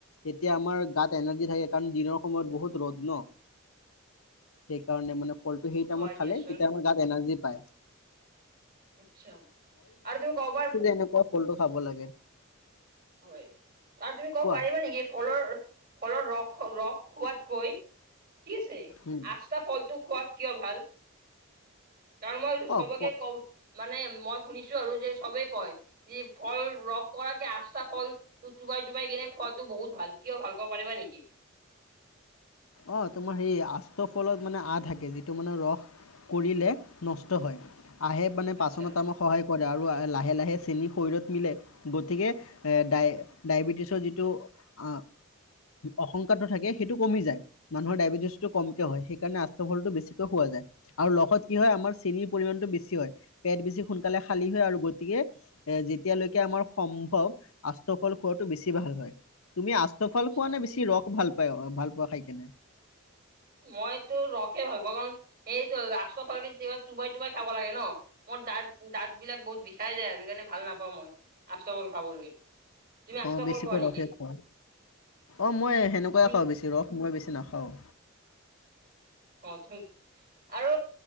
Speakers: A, on the left; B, on the right.
A: তেতিয়া আমাৰ গাত এনাৰ্জি থাকে কাৰণ দিনৰ সময়ত বহুত ৰ'দ ন। সেইকাৰণে মানে ফলটো সেই
B: হয়
A: টাইমত
B: দিয়াচোন
A: খালে তেতিয়া আমাৰ গাত এনাৰ্জি পায়।
B: <unintelligible> আৰু তুমি কব পাৰবো
A: সেনেকুৱা ফলটো খাব লাগে।
B: হয় আৰু তুমি ক'ব
A: কোৱা
B: পাৰিবা নেকি ফলৰ ফলৰ ৰস ৰস খোৱাতকৈ <unintelligible>
A: উম
B: আছ টা ফলটো খোৱাত কিয় ভাল? তাৰ মই
A: অ
B: সবকে
A: ফ
B: ক মানে মই শুনিছো আৰু যে সবেই কয় যে ফল ৰস কৰাকে আছ টা ফলটো চোবাই চোবাই কিনে খোৱাতো বহুত ভাল, কিয় ভাল কব পাৰিবা নেকি?
A: অ তোমাৰ সেই আষ্ট ফলত মানে আ থাকে যিটো মানে ৰস কৰিলে নষ্ট হয়, আহে মানে
B: আচ্ছা
A: পাচনত আমাক সহায় কৰে আৰু আ লাহে - লাহে চেনি শৰীৰত মিলে। গতিকে ডাই ডাইবেটিছৰ যিটো আ অশংকাটো থাকে, সেইটো কমি যায়। মানুহৰ ডাইবেটিছটো কমকে হয়, সেইকাৰণে আষ্ট্ৰ ফলটো বেছিকৈ খোৱা যায়। আৰু লগত কি হয় আমাৰ চেনীৰ পৰিমণটো বেছি হয়, পেট বেছি সোনকালে খালী হয় আৰু গতিকে এ যেতিয়ালৈকে আমাৰ সম্ভৱ আষ্ট্ৰফল খোৱাটো বেছি ভাল হয়, তুমি আ ষ্ট্ৰ
B: আচ্ছা
A: ফল খোৱা নে বেছি ৰস ভাল পায় ভাল পোৱা খাই কিনে?
B: মইতো ৰসে ভাল পাওঁ কাৰণ সেইটো আষ্ট্ৰ ফলটো কিবা চোবাই চোবাই খাব লাগে ন। মোৰ দাঁত দাঁত বিলাক বহুত বিষাই যায় আৰু সেইকাৰণে ভাল নাপাওঁ মই আষ্ট্ৰ ফল খাবলৈ। তুমি আঠটা
A: অ
B: ফল
A: বেছিকৈ
B: খোৱা নেকি
A: ৰসে খোৱা, অ মই সেনেকুৱাই
B: তুমি
A: খাওঁ বেছি ৰস মই বেছি নাখাওঁ।
B: অ আৰু